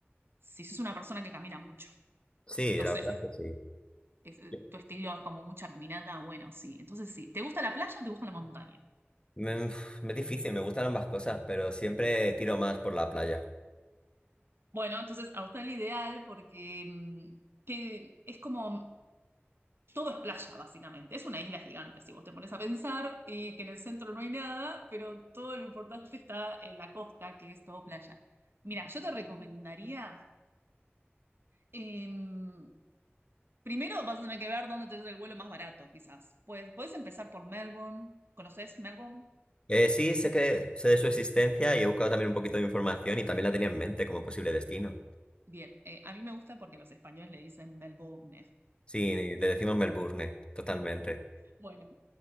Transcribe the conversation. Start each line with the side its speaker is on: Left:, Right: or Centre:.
Right: si sos una persona que camina mucho.
Left: Sí,
Right: No
Left: la
Right: sé,
Left: verdad
Right: Sí.
Left: es que
Right: es, eh,
Left: sí.
Right: tu estilo es como mucha caminata, bueno, sí. Entonces sí, ¿te gusta la playa o te gusta la montaña?
Left: Me, uf, me es difícil, me gustan ambas cosas, pero siempre tiro más por la playa.
Right: Bueno, entonces Australia ideal porque mm, que es como todo es playa, básicamente. Es una isla gigante, si vos te pones a pensar, y que en el centro no hay nada, pero todo lo importante está en la costa, que es todo playa. Mira, yo te recomendaría, em, primero vas a tener que ver dónde te es el vuelo más barato, quizás. Pues puedes empezar por Melbourne. ¿Conoces Melbourne?
Left: Eh, sí, sé que sé de su existencia y he buscado también un poquito de información y también la tenía en mente como posible destino.
Right: Bien, eh, a mí me gusta porque los españoles le dicen Melbourne.
Left: Sí, le decimos Melbourne, totalmente.
Right: Bueno,